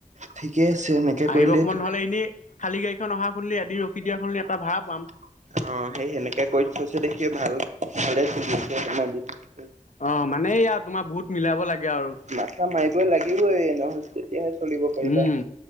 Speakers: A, on the right (about 60°); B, on the left (about 65°).
A: ঠিকে আছে এনেকে
B: আহিব
A: কৰিলেতো
B: সময়ত নহ'লে এনেই খালী গাড়ীখন অহা শুনিলে এদি ৰখি
A: অ'
B: দিয়া শুনিলি এটা ভাড়া পাম
A: সেই সেনেকাে কৰি থৈছে দেখি ভাল হ'লে <unintelligible>
B: অ' মানে য়া তোমাৰ বহুত মিলাব লাগে আৰু।
A: মাথা মাৰিবই লাগিবই নহ'লে তেতিয়াহে চলিব পাৰিবা।
B: উম